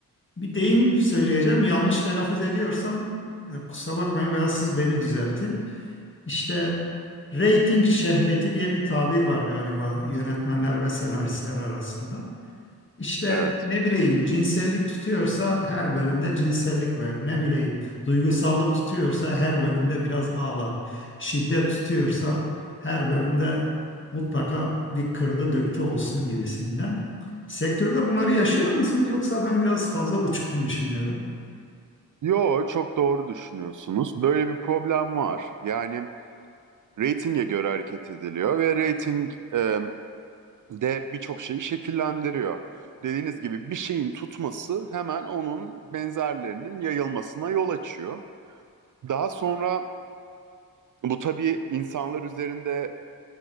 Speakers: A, on the left; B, on the right.
A: bir deyim söyleyeceğim. Yanlış telaffuz ediyorsam e, kusura bakmayın veya siz beni düzeltin. İşte rating şehveti diye bir tabir var galiba yönetmenler ve senaristler arasında. İşte
B: Evet.
A: ne bileyim cinsellik tutuyorsa her bölümde cinsellik ver. Ne bileyim duygusallık tutuyorsa her bölümde biraz ağlat. Şiddet tutuyorsa her bölümde mutlaka bir kırdı döktü olsun gibisinden. Sektörde bunları yaşıyor musunuz yoksa ben biraz fazla uçuk mu düşünüyorum?
B: Yo, çok doğru düşünüyorsunuz. Böyle bir problem var. Yani reytinge göre hareket ediliyor ve reyting e, de birçok şeyi şekillendiriyor. Dediğiniz gibi bir şeyin tutması hemen onun benzerlerinin yayılmasına yol açıyor. Daha sonra bu tabii insanlar üzerinde